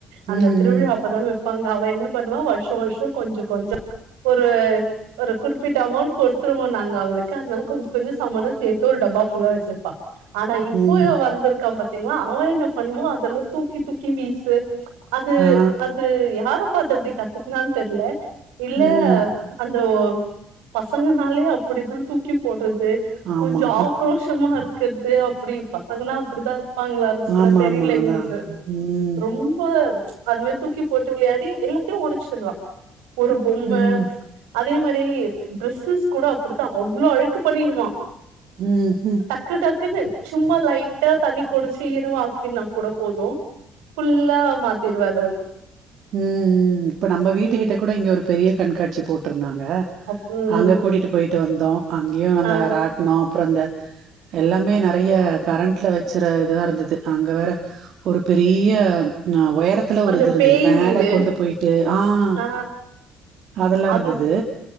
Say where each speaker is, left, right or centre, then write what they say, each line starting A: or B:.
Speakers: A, on the right (about 75°); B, on the right (about 60°).
A: அந்த
B: ம்
A: திருவிழா அப்பதா ப்பாங்க அவ என்ன பண்ணுவா வருஷா வருஷோ கொஞ்சு கொஞ்சு ஒரு ஒரு குறிப்பிட்ட அமௌண்ட் கொடுத்துருவோ நாங்க அவளுக்கு அதனால கொஞ்சு கொஞ்சு சாமானோ சேர்த்து ஒரு டப்பா ஃபுல்லா வச்சுர்ப்பா ஆனா இப்போ
B: ம் ம்
A: இவ வந்துர்க்கா பா த்திங்களா அவ என்ன பண்ணுவா அதெல்லா தூக்கி தூக்கி வீசு அது
B: ஆ
A: அது யார எப்ப அத எப்டி கத்துக்குனானு தெர்ல இல்ல
B: ம்
A: அந்த பசங்கனாலே அப்டிதா தூக்கி போட்றது து
B: ஆமா
A: கொஞ்சு ஆக்ரோஷமா இருக்கறது அப்டி பசங்கலா அப்டிதா இருப்பாங்களான் கூட
B: ஆமாமா
A: தெரில
B: அதா
A: எங்ளுக்கு க்கு
B: ம்
A: ரொம்ப அதுவே தூக்கி போட்டு விளையாடி எல்லா ஒடிச்சிருவா ஒரு பொம்ம
B: ம்
A: அதே மாரி ட்ரெஸ்ஸஸ் கூட அப்படித்தா அவ்ளோ அழுக்கு பண்ணிடுவா
B: ம் ம்
A: டக்கு டக்குனு சும்மா லைட்டா தண்ணி குடுச் கொட்டிருவான் கீழேலாம் கூட போதோ ஃபுல்லா மாத்திருவாறு அவரு
B: உம் உம் இப்ப நம்ம வீட்டுக்கிட்ட
A: ம்
B: கூட இங்க ஒரு பெரிய கண்காட்சி போட் இருந்தாங்க
A: அப் ம்
B: அங்க கூட்டிட்டு போயி ட்டு வந்தோ அங்கேயு அந்த
A: ஆ
B: ராட்னோ அப்புறோ இந்த எல்லாமே நெறைய கரண்ட்ல வெச் சிற இதுவா இருந்தது. அங்க வேற ஒரு பெரிய நா ஒயரத்துல ஒரு
A: அந்த
B: இது இருந்தது
A: பேய்
B: மேல
A: வீடு
B: கொண்டு போயிட்டு ஆஹ்
A: ஆ
B: அதெல்லா
A: அது
B: இருந்தது